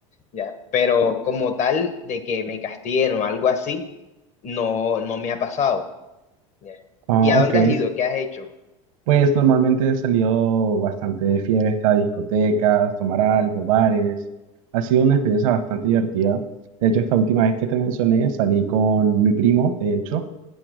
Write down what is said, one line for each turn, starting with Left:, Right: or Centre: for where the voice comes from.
Left: ya, pero como tal de que me castiguen o algo así, no, no me ha pasado, ya.
Right: Ah,
Left: ¿Y a
Right: ok.
Left: dónde has ido? ¿Qué has hecho?
Right: Pues normalmente he salido bastante de fiesta, discotecas, tomar algo, bares. Ha sido una experiencia bastante divertida. De hecho, esta última vez que te mencioné, salí con mi primo, de hecho,